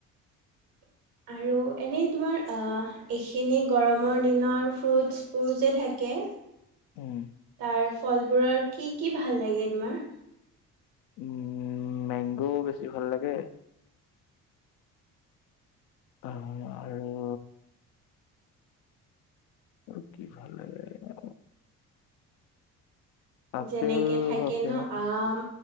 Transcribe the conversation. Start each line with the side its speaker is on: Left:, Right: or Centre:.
Right: <unintelligible> আৰু এনেই তোমাৰ অ এইখিনি গৰমৰ দিনৰ ফ্ৰুটছ বোৰ যে থাক। কে।
Left: উম
Right: তাৰ ফলবোৰৰ কি কি ভাল লাগে তোমাৰ।
Left: উম মেংগো বেছি ভাল লাগে। আহ আৰু। আৰু কি ভাল লাগে। আপেল
Right: যেনেকে থাকে
Left: বাপেৰা
Right: ন আম।